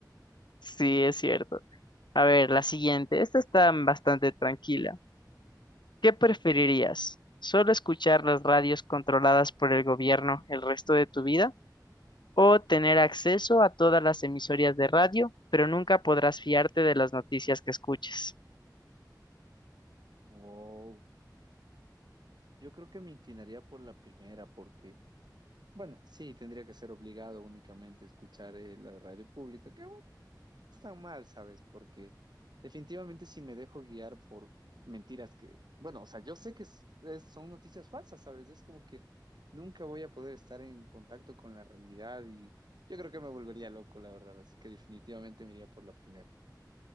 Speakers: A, on the left; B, on the right.
A: Sí, es cierto. A ver, la siguiente. Esta está bastante tranquila. ¿Qué preferirías? ¿Solo escuchar las radios controladas por el gobierno el resto de tu vida? ¿O tener acceso a todas las emisoras de radio, pero nunca podrás fiarte de las noticias que escuches?
B: Wow. Yo creo que me inclinaría por la primera porque, bueno, sí, tendría que ser obligado únicamente a escuchar eh, la radio pública, que está mal, ¿sabes? Porque definitivamente si me dejo guiar por mentiras que, bueno, o sea, yo sé que es- es- son noticias falsas, ¿sabes? Es como que nunca voy a poder estar en contacto con la realidad y yo creo que me volvería loco, la verdad, así que definitivamente me iría por la primera.